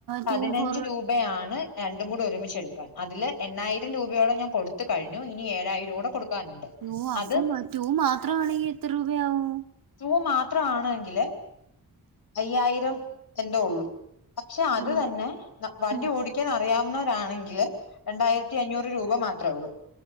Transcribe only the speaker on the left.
പതിനഞ്ച്
രൂപ ആണ് രണ്ടും കൂടെ ഒരുമിച്ച് എടുക്കാൻ. അതില് എണായിരം രൂപയോടെ ഞാൻ കൊടു ത്ത് കഴിഞ്ഞു ഇനി ഏഴായിരം കൂടെ കൊടുക്കാനുണ്ട്
അത്
സൂ മാത്രാണെങ്കില് അയ്യായിരം എന്തോ ഉള്ളു പക്ഷെ അത്
തന്നെ വണ്ടി
ഓടിക്കാൻ അറിയാവുന്നവരാണെങ്കിൽ രണ്ടായിരത്തി അഞ്ഞൂറ് രൂപ മാത്രമേ ഉള്ളൂ